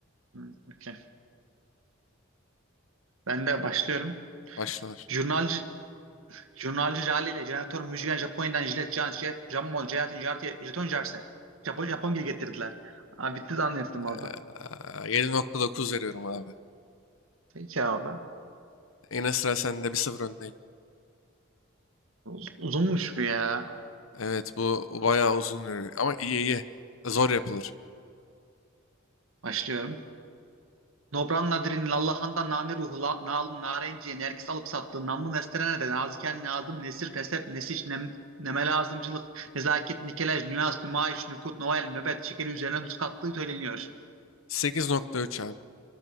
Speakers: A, on the right; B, on the left.
A: Hı, okey. Ben de başlıyorum.
B: Başlar.
A: Jurnalci Jurnalci Jale ile jeneratör Müjgan Japonya'dan jilet, jant, jet, jammol, jayatin, jartiye, jeton, jarse. Japon, Japon gibi getirdiler. Abi bitti zannettim orada.
B: Ee, 7.9 veriyorum abi.
A: Peki abi.
B: Yine sıra sende bir sıfır öndeyim.
A: Uz- Uzunmuş bu ya.
B: Evet bu bayağı uzun yürüyor. Ama iyi iyi. Zor yapılır.
A: Başlıyorum. Nobran Nadir'in Lallahan'da nane ruhla la, nalın narenciye nergis alıp sattığı namlu nesterene naziken nazım nesir nesep nesiş nem, neme lazımcılık nezaket nikelaj nüans nümayiş nükut noel nöbet şekeri üzerine tuz kattığı söyleniyor.
B: 8.3 abi.